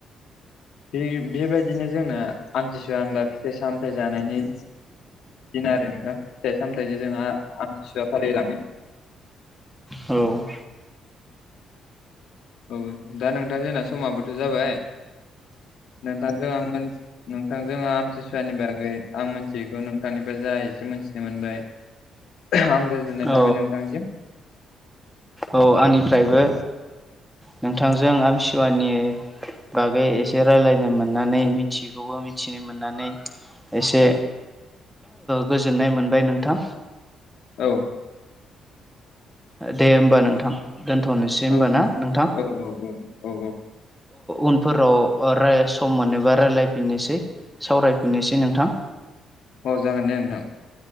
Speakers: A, on the left; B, in the centre.
A: बे बेबायदिनो जोंना आमथिसुवा होनबा फिथाइ सामथाय जानायनि दिन आरो नोंथां फिथाइ सामथाइजों जोंहा आमथिसुवा फालिलाङो
B: औ
A: औ दा नोंथां जोंना समाबोथ' जाबाय नोंथांखो आं मोन नोंथांजों आमतिसुवानि बागै आं मिथियैखौ नोंथांनिफ्राय जा एसे मिथिनो मोनबाय आं गोजोननाय
B: औ
A: थाबाय नोंथांसिम।
B: औ आंनिफ्रायबो नोंथांजों आमतिसुवानि बागै एसे रायलायनो मोननानै मिथियैखौबो मिथिनो मोननानै एसे गोजोननाय मोनबाय नोंथां।
A: औ
B: दे होमबा नोंथां दोनथ'नोसै होमबा
A: औ
B: ना नोंथां?
A: औ औ औ
B: उनफोराव सम मोन एबा रायलायफिननोसै सावरायफिननोसै नोंथां।
A: औ जागोन दे नोंथां।